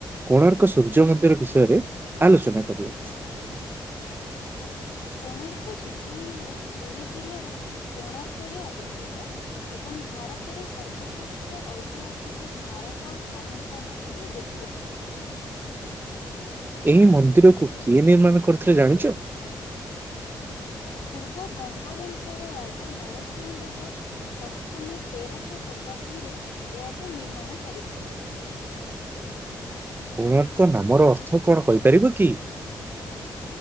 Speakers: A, on the right (about 25°); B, on the left (about 85°).
A: କୋଣାର୍କ ସୂର୍ଯ୍ୟ ମନ୍ଦିର ବିଷୟରେ ଆଲୋଚନା କରିବା।
B: କୋଣାର୍କ ସୂର୍ଯ୍ୟ ମନ୍ଦିର ପୁରୀ ଜିଲ୍ଲାର କୋଣାର୍କରେ ଅବସ୍ଥିତ। ଏବଂ ଭାରତର ସର୍ବଶ୍ରେଷ୍ଠ ଐତିହାସିକ ସ୍ମାରକ ମାନଙ୍କ ମଧ୍ୟରୁ ଗୋଟିଏ।
A: ଏହି ମନ୍ଦିରକୁ କିଏ ନିର୍ମାଣ କରିଥିଲେ ଜାଣିଚ?
B: ପୂର୍ବ ଗଙ୍ଗବଂଶର ରାଜା ନରସିଂହ ଦେବ। ପ୍ରଥମ ତେରଶ ଶତାବ୍ଦୀରେ ଏହାକୁ ନିର୍ମାଣ କରିଥିଲେ।
A: କୋଣାର୍କ ନାମର ଅର୍ଥ କଣ କହିପାରିବ କି?